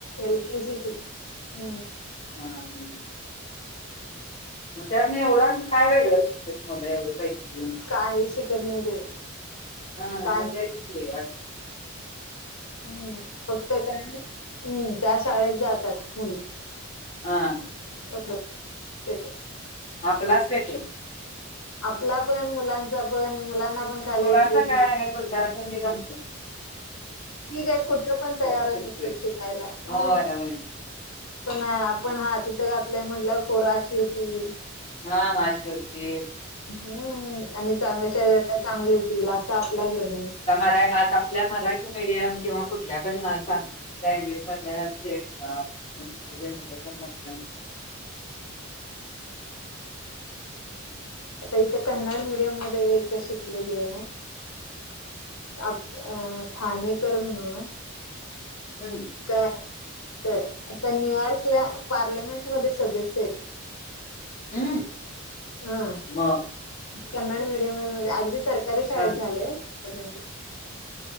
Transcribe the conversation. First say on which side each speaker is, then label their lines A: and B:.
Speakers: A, on the left; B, on the left.
A: एल केेजी पी हम्म
B: हम्म मग त्या एवढं काय वेगळं शिकत मुल एवढे पैशे
A: काही शिकत नाही ते
B: हा
A: काही
B: मग तेच की
A: हम्म फक्त काय हम्म त्या शाळेत जातात मुलं.
B: हा.
A: स्टेटस.
B: पला सटेत.
A: आपला पण मुलांचा पण. मुलांना पण खाली
B: मुलांच
A: उतरू
B: काय आहे तु अजूनघ.
A: ठीक आहे कुठे पण तयारच
B: शिकतोय.
A: असतात शिकायला हम्म.
B: होय, होय.
A: पण आपण हा तिथं घातलंय म्हंटल्या पोराशी होती.
B: हा अश होती.
A: हम्म आणि चांगल्या शरीराला चांगले होतील असा आपला ग्रं
B: आता मराात आपल्या मराठी मीडियम किंवा कुठल्या पण घ. लँग्वेज म्हणची. पण मोठ.
A: आता इथे कन्नड मीडियम मध्ये एक शिकलेले आहे. अ ठाणेकर म्हणून.
B: हम्म,
A: काय तर. आता न्यूयॉर्क ला पार्लमेंटमध्येध्ये सदस्य आहेत.
B: हम्
A: हा
B: म.
A: कन्नड मीडियम म अगदी सरकारी शाळेत
B: कण-
A: झाले त्यांच्या.